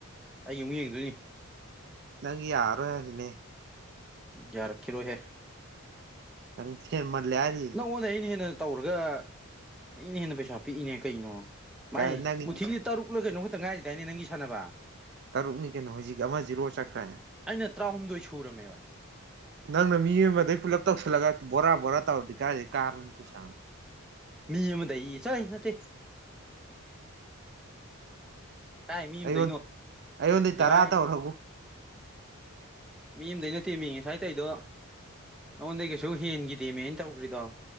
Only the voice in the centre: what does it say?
ꯑꯩꯒꯤ ꯑꯃꯨꯛ ꯌꯦꯡꯗꯣꯏꯅꯤ
ꯌꯥꯔꯈꯤꯤꯔꯣꯍꯦ
ꯅ ꯑꯣꯗꯩꯅ ꯇꯧꯔꯒ ꯑꯩꯅ ꯍꯦꯟꯅ ꯄꯩꯁꯥ ꯄꯤꯛꯏꯅꯦ ꯀꯩꯅꯣ
ꯃꯥꯏꯅꯦ
ꯃꯨꯊꯤꯗꯤ ꯇꯔꯨꯛꯂ ꯀꯩꯅꯣ ꯈ ꯇ ꯉꯥꯏꯁꯤꯗꯥꯏꯅꯦ ꯅꯪꯒꯤ ꯁꯥꯟꯅꯕ
ꯑꯩꯅ ꯇꯔꯥꯍꯨꯝꯗꯣꯏ ꯁꯨꯔꯝꯃꯦꯕ
ꯃꯤ ꯑꯃꯗ ꯆꯅꯠꯇ ꯀꯥꯏ ꯃꯤ ꯑꯃ
ꯇꯩꯅꯣ
ꯉꯁꯥꯏ
ꯃꯤ ꯑ ꯑꯃꯗꯩꯅꯠꯇꯦꯝꯃꯤꯉꯦ ꯁ꯭ꯋꯥꯥꯏ ꯇꯩꯗꯣ ꯅꯉꯣꯟꯗꯩ ꯀꯩꯁꯨ ꯍꯦꯟꯈꯤꯗꯦꯃꯦꯅ ꯇꯧꯈ꯭ꯔꯤꯗꯣ